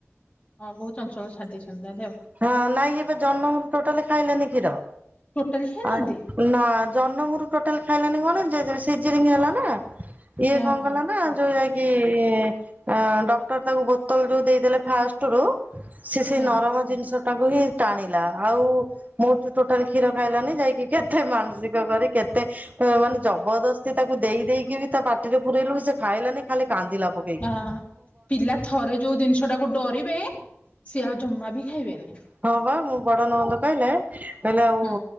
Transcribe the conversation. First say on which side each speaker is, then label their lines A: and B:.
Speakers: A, on the left; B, on the right.
A: ହଁ ବହୁ ଚଞ୍ଚଳ ଛାଡି ଦେଇଛନ୍ତି ତାହେଲେ ଆଉ।
B: ହଁ ନାଇଁ ଇଏ ପା ଜନମ ରୁ ଟୋଟାଲି ଖାଇଲେନି କ୍ଷୀର
A: ଟୋଟାଲି ଖାଇନାହାନ୍ତି
B: ଆ ନା ଜନମରୁ ଟୋଟାଲ ଖାଇଲାନି କଣ ଯେ ଯେ ସିଯରିଙ୍ଗ ହେଲା ନା। ଇଏ
A: ହଁ
B: କଣ
A: ହଁ
B: କଲା ନା ଯୋଉ ଯାଇ କି ଅ ଡକ୍ଟର ତାଙ୍କୁ ବୋତଲ ଯୋଉ ଦେଇଦେଲେ ଫାର୍ଷ୍ଟ ରୁ। ସେ ସେଇ
A: ହଁ
B: ନରମ ଜିନିଷ ଟାକୁ ହିଁ ଟାଣିଲା ଆଉ। ମୋଠୁ ଟୋଟାଲ କ୍ଷୀର ଖାଇଲାନି ଯାଇକି କେତେ ମାନସିକ କରି କେତେ। ଅ ମାନେ ଜବରଦସ୍ତି ତାକୁ ଦେଇ ଦେଇ କି ବି ତା ପାଟିରେ ପୁରେଇଲୁ ବି ସେ ଖାଇଲାନି ଖାଲି କାନ୍ଦିଲା ପ
A: ଆ ପିଲା ଥରେ ଯୋଉ ଜିନିଷ ଟାକୁ ଡରିବେ ସିଏ ଆଉ ଜମା ବି ଖାଇବେନି।
B: ହଁ ପା ମୋ ବଡ ନଣନ୍ଦ କହିଲେ କହିଲେ ଆଉ।
A: ହୁଁ